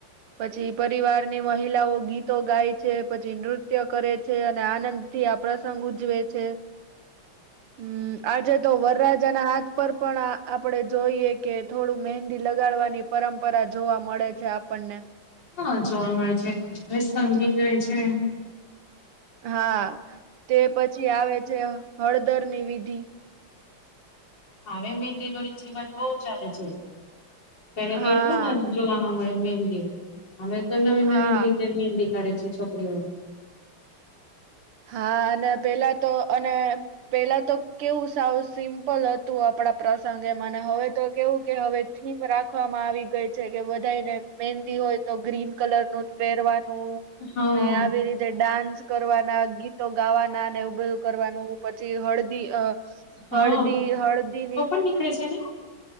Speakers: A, on the right; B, on the left.
A: પછી પરિવારની મહિલાઓ ગીતો ગાય છે પછી નૃત્ય કરે છે અને આનંદ થી આ પ્રસંગ ઉજવે છે, હમ આજે તો વરરાજાના હાથ પર પણ આપડે જોઈએ કે થોડું મહેંદી લગાડવાની પરંપરા જોવા મળે છે આપણને
B: હા જોવા મળે છે સંગીત રહેે છે,
A: હા તે પછી આવે છે હળદર ની વિધિ
B: હા હવે મહેંદી નો રીત રિવાજ બહુ ચાલે છે, પેલા
A: હા
B: એટલું નથી જોવાના મળે મહેંદી હવે તો નવીન
A: હા
B: નવીન રીતે મહેંદી કાઢે છે, છોકરીઓ
A: હા અને પેલા તો અને પેલા તો કેવું સાવું સિમ્પલ હતું આપણા પ્રસંગે મને હવે તો કેવું કે હવે થીમ રાખવામાં આવી ગઈ છે કે બધાને મહેંદી હોય તો ગ્રીન કલર નું જ પહેરવાનું
B: હા
A: ને આવી રીતે ડાન્સ કરવાના ગીતો ગાવાના ને બધું કરવાનું પછી હળદી અ
B: હા
A: હળદી હળદીની
B: <unintelligible>